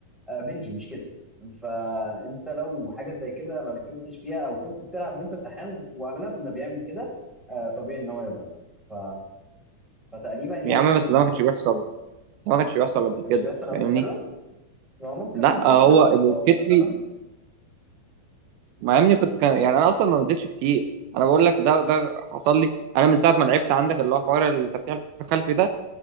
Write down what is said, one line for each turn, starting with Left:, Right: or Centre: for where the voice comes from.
Centre: آه، بنج مش كتف فانت لو حاجه زي كده ما ركزتش فيها او كنت بتلعب وانت سرحان واغلبنا بيعمل كده آه، طبيعي ان هو يوجع ف... فتقريبا يعني
Right: يا عم بس ده ما كانش بيحصل ده ما كانش بيحصل قبل
Centre: ما كانش
Right: كده
Centre: بيحصل قبل
Right: فاهمني
Centre: كده هو ممكن
Right: لا
Centre: من كتر
Right: هو
Centre: الارهاق
Right: الكتف
Centre: مثلا
Right: مع اني كنت كان يعني انا اصلا ما نزلتش كتير انا بقول لك ده ده حصل لي انا من ساعه ما لعبت عندك اللي هو حوار التفتيح الخلفي ده